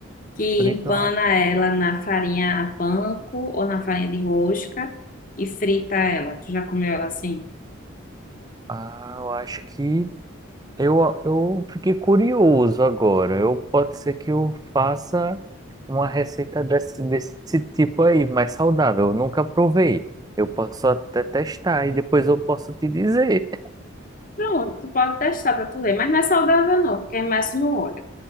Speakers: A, on the left (about 40°); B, on the right (about 20°).
A: Que
B: Frita,
A: empana ela na farinha panko ou na farinha de rosca e frita ela. Tu já comeu ela assim?
B: ah, eu acho que Eu, eu fiquei curioso agora. Eu pode ser que eu faça uma receita desse, desse tipo aí, mais saudável. Eu nunca provei. Eu posso até testar e depois eu posso te dizer.
A: Pronto, tu pode testar pra tu ver, mas não é saudável não, porque é mais no óleo.